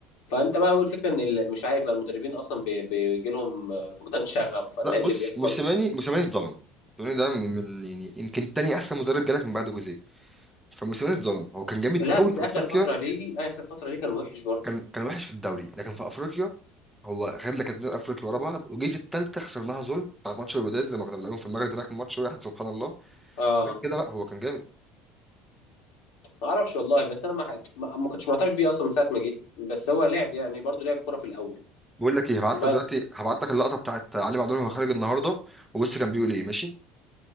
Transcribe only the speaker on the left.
فانت بقى هو الفكره ان ال- مش عارف بقى المدربين اصلا بي- بيجي لهم آه، فقدان شغف ولا
ايه
اللي بيحصل
لا
بس
اخر
فتره ليجي اخر فتره ليه كان وحش برضه
اه
ما اعرفش والله بس انا ما ح- ما ما كنتش معترف بيه اصلا من ساعه ما جه بس هو لعب يعني برضه لعب كوره في الاول
بعد